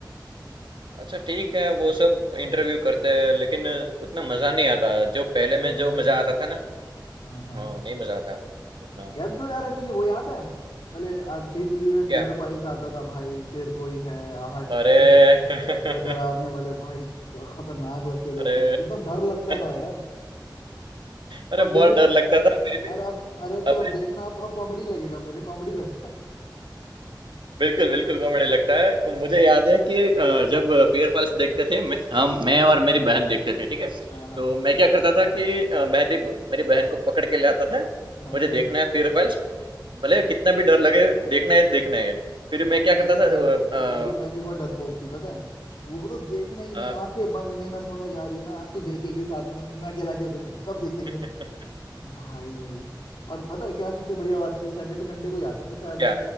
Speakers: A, on the right (about 85°); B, on the left (about 85°).
A: अच्छा ठीक है, वो सब इंटरव्यू करते हैं लेकिन उतना मज़ा नहीं आता, जो पहले
B: अच्छा
A: में जो
B: मजा नहीं
A: मज़ा
B: है
A: आता था ना
B: हाँ हाँ
A: हाँ, नहीं मज़ा आता उतना।
B: याद तो यार है, तुझे वो याद है पहले आज जी टीवी पे
A: क्या?
B: फेयर फाइल्स आता था भाई फिर कोई है आहट
A: अरे!
B: ऐसे कुछ
A: <laughs>
B: सारे डरावने वाले भाई क्या खतरनाक लगते थे
A: अरे!
B: एक टाइम कितना डर लगता था
A: <laughs>
B: यार
A: अरे
B: अब देखेगा
A: बहुत डर लगता था फिर भी
B: अरे अब अरे तू
A: अभी
B: अब देखना अब अब कॉमेडी लगेगा मुझे कॉमेडी लगता है
A: बिल्कुल बिल्कुल कॉमेडी लगता है मुझे
B: हाँ
A: याद है कि अ, जब फेयर फॉल्स देखते थे मैं, हम
B: हाँ
A: मैं और मेरी बहन देखते थे ठीक है
B: हाँ
A: तो मैं क्या करता था कि अ, मेरी मेरी बहन को पकड़ के ले आता था
B: हाँ
A: मुझे
B: हाँ
A: देखना है फेयर फॉल्स भले कितना भी डर लगे देखना है देखना है फिर
B: हाँ,
A: मैं
B: अरे
A: क्या
B: मेरी
A: करता
B: बहन
A: था अ,
B: मेरी बहन भी बहुत डरपोक थी पता है वो तो देखना ही नहीं
A: अ, अ,
B: आंखें बंद नहीं मैं सोने जा रही हूँ मैं अब तू देखेगी साथ में मैं अकेला क्यों देखूं सब देखेंगे
A: <laughs>
B: भाई और पता है क्या सबसे बढ़िया बात थी सैटरडे संडे को ही आता था शायद वो
A: क्या